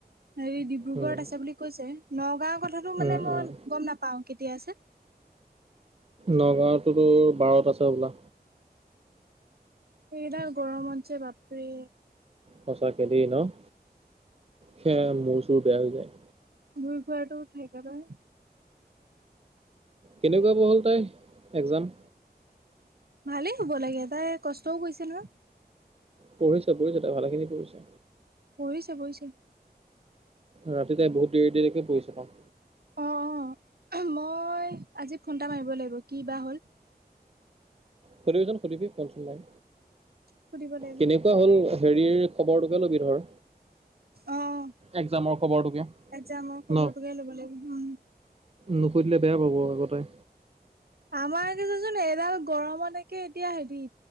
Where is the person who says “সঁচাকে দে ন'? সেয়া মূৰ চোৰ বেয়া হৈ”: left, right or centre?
Right